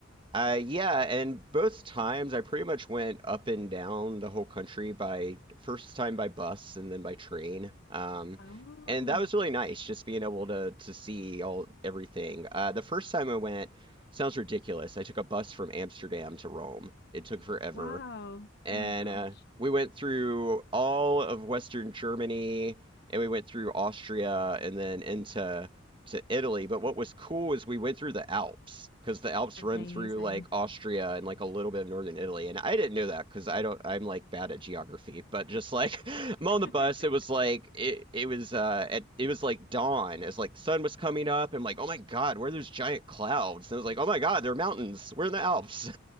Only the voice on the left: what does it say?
Oh,
wow.
Oh my gosh.
Amazing.
<laughs>